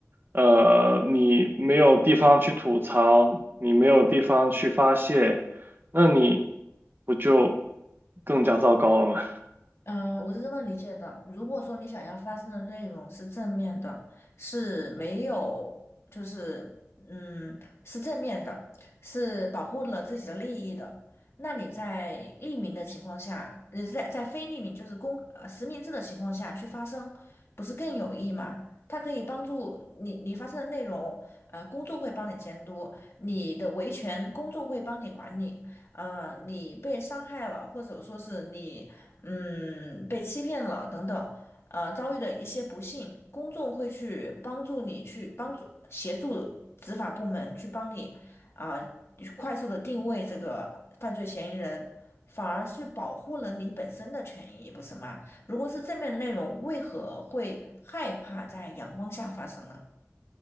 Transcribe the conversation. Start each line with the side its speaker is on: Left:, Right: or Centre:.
Right: 呃，你没有地方去吐槽，你没有地方去发泄，那你不就更加糟糕了吗？
Left: 嗯，我是这么理解的。如果说你想要发生的内容是正面的，是没有，就是嗯，是正面的，是保护了自己的利益的，那你在匿名的情况下，呃在在非匿名就是公呃实名制的情况下去发声，不是更有益吗？它可以帮助你，你发生的内容，呃，公众会帮你监督，你的维权公众会帮你管理。呃，你被伤害了，或者说是你。嗯，被欺骗了等等，呃，遭遇的一些不幸，公众会去帮助你，去帮助协助执法部门去帮你啊，去快速的定位这个犯罪嫌疑人，反而是保护了你本身的权益，不是吗？如果是正面的内容，为何会害怕在阳光下发生呢？